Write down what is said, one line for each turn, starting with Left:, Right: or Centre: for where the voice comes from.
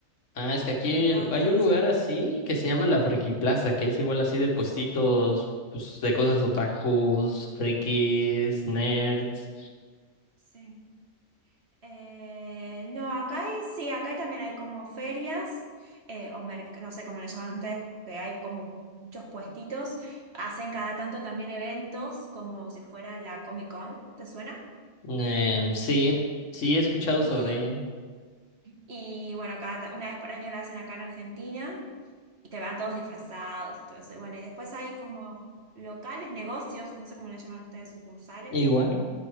Left: Ah, es que aquí
Right: de todas
Left: hay
Right: cosas
Left: un
Right: así.
Left: lugar así que se llama la Friki Plaza, que es igual así de puestitos, pues de cosas otakus, frikis, nerds.
Right: Sí. Eh, no, acá hay- sí, acá hay también hay como ferias, eh, o merc- no sé cómo le llaman ustedes, que hay como muchos puestitos. Hacen cada tanto también eventos, como si fuera la Comic Con, ¿te suena?
Left: Em, sí, sí he escuchado
Right: Y,
Left: sobre ella.
Right: y bueno, cada, ta- una vez por año la hacen acá en Argentina, y que van todos disfrazados y todo eso. Y bueno, y después hay como locales, negocios, no sé cómo le llaman ustedes, sucursales.
Left: Igual.